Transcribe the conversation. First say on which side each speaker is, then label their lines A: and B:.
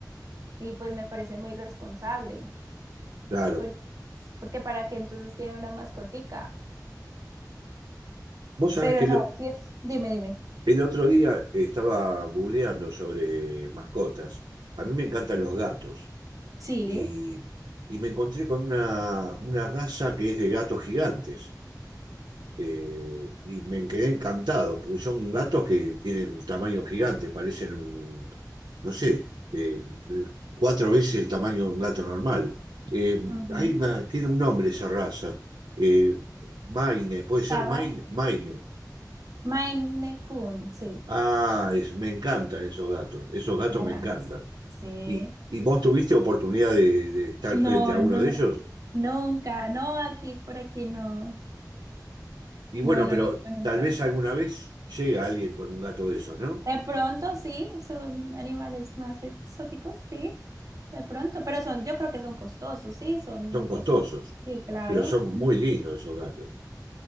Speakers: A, on the right; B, on the right.
A: y pues me parece muy irresponsable,
B: claro.
A: por- porque para qué entonces tiene una mascotica.
B: Vos sabés
A: Pero
B: que
A: no,
B: lo-
A: si es, dime, dime.
B: el otro día estaba googleando sobre mascotas. A mí me encantan los gatos
A: Sí.
B: y, y me encontré con una, una raza que es de gatos gigantes. Eh, y me quedé encantado, porque son gatos que tienen tamaño gigante, parecen un, no sé, eh, cuatro veces el tamaño de un gato normal. Eh,
A: ujú,
B: hay una, tiene un nombre esa raza. eh, Maine, ¿puede
A: Estaba
B: ser Maine? Maine.
A: Maine Coon, sí,
B: Ah, es- me encantan esos gatos, esos gatos
A: grandes.
B: me encantan.
A: Sí.
B: ¿Y, y vos tuviste oportunidad de, de estar
A: No,
B: frente a
A: no,
B: uno de ellos?
A: nunca, no, aquí, por aquí no,
B: Y
A: no,
B: bueno,
A: no
B: pero
A: he visto nunca.
B: tal vez alguna vez llega alguien con un gato de esos, ¿no?
A: De pronto sí, son animales más exóticos, sí, de pronto, pero son, yo creo que son costosos, sí, son
B: Son
A: muy costosos,
B: costosos.
A: sí, claro.
B: pero son
A: Ujú.
B: muy lindos esos gatos.